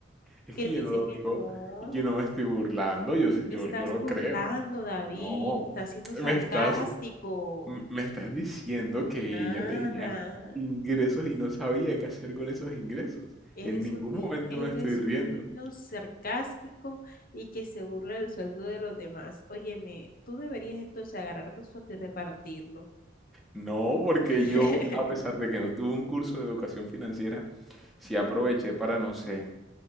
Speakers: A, in the centre; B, on the left.
A: Es
B: que
A: que
B: él dice
A: yo no lo
B: que
A: digo,
B: no,
A: yo no me estoy burlando, yo,
B: y
A: sí-
B: te
A: yo,
B: estás
A: yo lo
B: burlando,
A: creo.
B: David,
A: No,
B: estás siendo sarcástico,
A: me estás M- Me estás diciendo que
B: nada.
A: ella tenía ingresos y no sabía qué hacer con esos ingresos.
B: Eres
A: En ningún
B: un niño,
A: momento
B: eres
A: me estoy riendo.
B: un niño sarcástico y que se burla del sueldo de los demás. Óyeme, tú deberías entonces agarrar tu sueldo y repartirlo.
A: No, porque
B: <laughs>
A: yo, a pesar de que no tuve un curso de educación financiera, sí aproveché para, no sé,